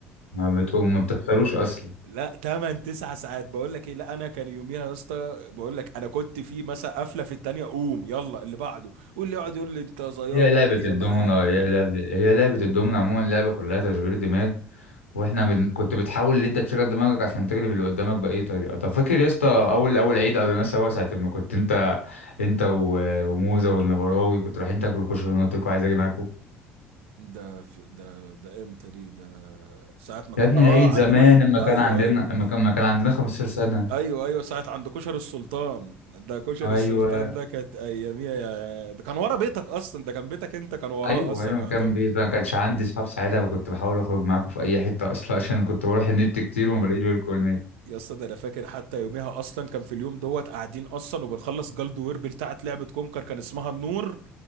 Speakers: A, on the left (about 85°); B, on the right (about 70°).
A: ما بتقوم ما بتخسروش أصلا
B: لا 8 9 ساعات بقول لك ايه لا انا كان يوميها يا اسطى بقول لك انا كنت في مثلا قفله في التانية قوم يلا اللي بعده واللي يقعد يقول لي انت زياط
A: هي لعبة
B: وجايه
A: الدومنة
B: معاك
A: هي لعبة هي لعبة الدومنة عموما لعبة كلها تشغيل دماغ واحنا بن... كنت بتحاول ان انت تشغل دماغك عشان تغلب اللي قدامك باي طريقه طب فاكر يا اسطى اول اول عيد قضيناه سوا ساعه ما كنت انت انت و... وموزه والنبراوي كنت رايحين تاكلوا كشري وانا قلت لكم عايز اجي معاكم
B: ده في ده ده امتى دي ده ساعة ما كنا
A: يا ابني
B: اه
A: العيد
B: عندكوش
A: زمان لما
B: ايوه
A: كان عندنا
B: ايوه
A: لما كان لما كان عندنا 15 سنه
B: ايوه ايوه ساعه عند كشر السلطان ده كشر
A: ايوه
B: السلطان ده كانت اياميها يا ده كان ورا بيتك اصلا ده كان بيتك انت كان وراه
A: ايوه
B: اصلا
A: ايوه
B: يعتبر
A: كان بيت ما كانش عندي اصحاب ساعتها فكنت بحاول اخرج معاكم في اي حته اصلا عشان كنت بروح النت كتير وما بلاقيش غيركم هناك
B: يا اسطى ده انا فاكر حتى يوميها اصلا كان في اليوم دوت قاعدين اصلا وبنخلص جلد ويربل بتاعت لعبه كونكر كان اسمها النور